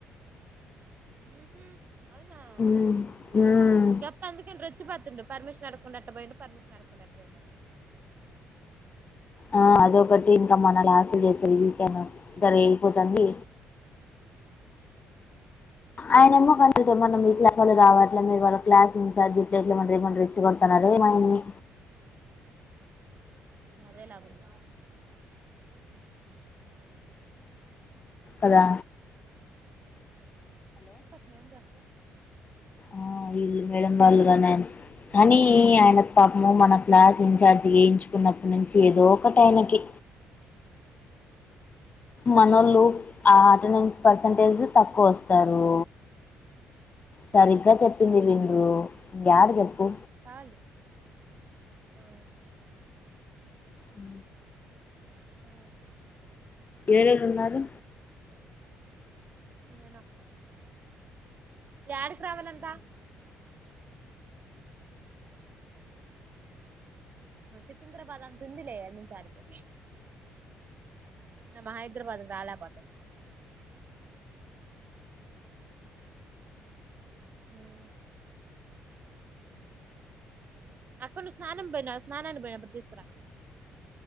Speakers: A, on the right (about 45°); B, on the left (about 40°).
A: ఉహు అవునా
B: ఉమ్, ఉమ్.
A: ఈయప్ప అందుకని రెచ్చి పాతుండు పర్మిష్ అడక్కుండ ఎట్ట బొయిండు పర్మిషన్ అడక్కుండ ఎట్ట బొయిండని
B: ఆ అదొకటి ఇంక మన లాస్లు చేసే ఇంకనూ దరేగి పోతాంది ఆయనేమో కంట్లటేమన
A: అని
B: మీ క్లాసోల్లే రావాలి అట్ల మీరు వాళ్ళ క్లాస్ ఇన్ఛార్జ్ ఇట్లెట్ల వార్నేమన రెచ్చి గొడుతున్నారే ఏమాయన్ని
A: అదేలాగుంది
B: అదా
A: నేందక్క
B: ఆ ఈల్ మేడం వాళ్ళుగానన్ కానీ ఆయన పాపము మన క్లాస్ ఇన్ఛార్జ్ గేయించుకున్నప్పుటి నుంచి ఏదో ఒకటి ఆయనకి మనోళ్ళు ఆ అటెండెన్స్ పర్సెంటేజ్ తక్కువ వస్తారు సరిగ్గా చెప్పింది విండు గ్యాడు చెప్పు
A: కాలి ఆ
B: ఉ
A: ఆ
B: ఏరురు ఉన్నారు
A: నేనొక్క యాడికి రావాలంట సికింద్రాబాద్ అంతుందులే ఈడ్నించి ఆడికి నమ హైదరాబాద్ రాలే పాత ఉమ్ అక్క ను స్నానం బొయినా స్నానానిగి బొయినప్పుడు తీస్కొరా అక్క